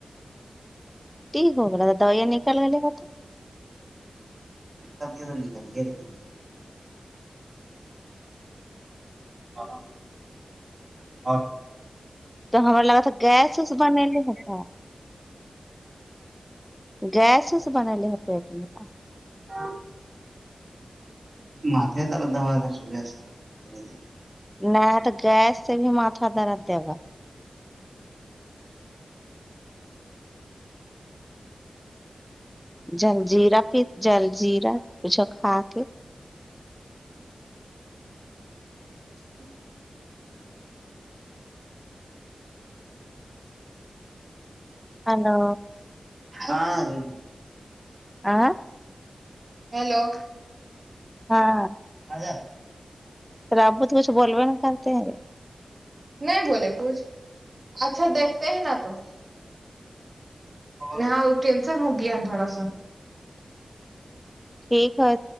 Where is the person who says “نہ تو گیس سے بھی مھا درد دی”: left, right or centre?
Centre